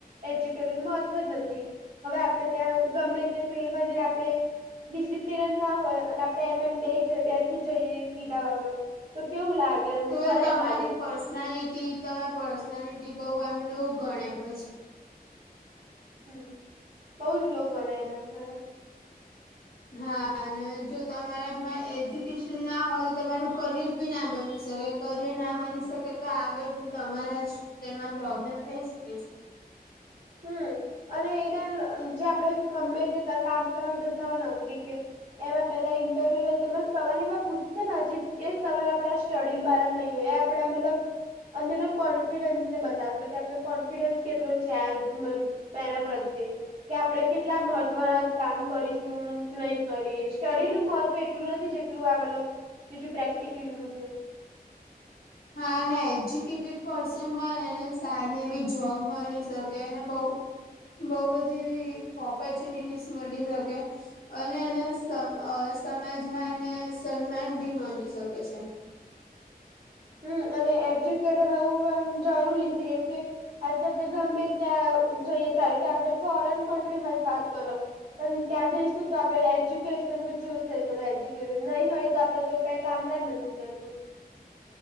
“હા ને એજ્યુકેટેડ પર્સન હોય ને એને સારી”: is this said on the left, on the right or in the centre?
Left